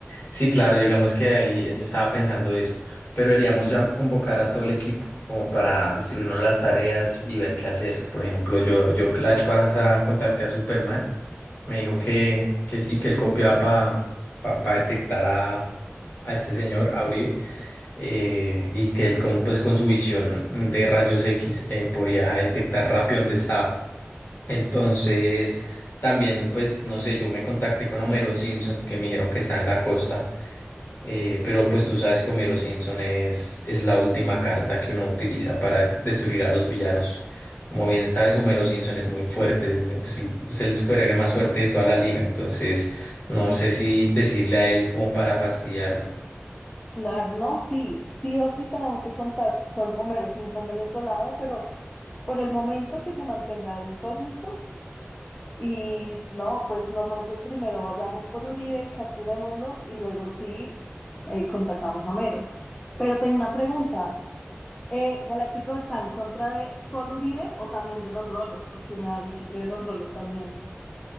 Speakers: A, on the left (about 50°); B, on the left (about 25°).
A: Sí, claro, digamos que ahí es- estaba pensando eso, pero deberíamos ya convocar a todo el equipo como para distribuirnos las tareas y ver qué hacer. Por ejemplo, yo, yo la vez pasada contacté a Superman Me dijo que, que sí, que él copiaba para pa, pa- pa detectar a, a este señor, a Uribe, eh, y que él con, pues, con su visión de rayos X eh, podía detectar rápido dónde estaba. Entonces, también, pues, no sé, yo me contacté con Homerón Simpson, que me dijeron que está en la costa. Eh, pero pues tú sabes que Homero Simpson es, es la última carta que uno utiliza para destruir a los villanos. Como bien sabes, Homero Simpson es muy fuerte, es, es el, es el superhéroe más fuerte de toda la liga, entonces no sé si decirle a él como para fastidiarlo.
B: Claro, no, sí, sí o sí tenemos que contar con Homero Simpson de nuestro lado, pero por el momento que se mantenga de incógnito Y no, pues nosotros primero vayamos por Uribe, capturémoslo y luego sí eh, contactamos a Mero. Pero tengo una pregunta. Eh, ¿Galáctico está en contra de solo Uribe o también de los rolos? Porque me has dicho que de los rolos también.